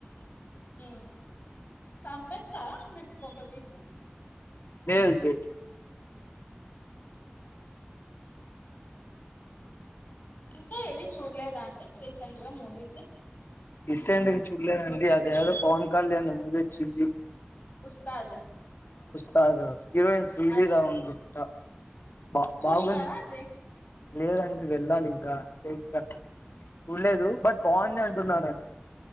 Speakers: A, on the left; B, on the left.
A: అ చంపేస్తారా ఆమెని కొంపదీసి
B: లేదు లేదు
A: ఇంకా ఏవి చూడలేదా అండి రీసెంట్ గా మూవీస్
B: రీసెంట్గ చూడలేదండి అదేదో పవన్ కళ్యాణ్ది మూవీ వచ్చింది
A: ఉస్తాద్
B: కాదు హీరోయిన్స్ హీరోల
A: అది
B: ఉంది అ బా
A: చూసినారా
B: బాగుంది చ
A: అది
B: లేదండి వెళ్ళాలి ఇంక సేఫ్ గా చూడలేదు బట్ బాగుంది అంటున్నారండీ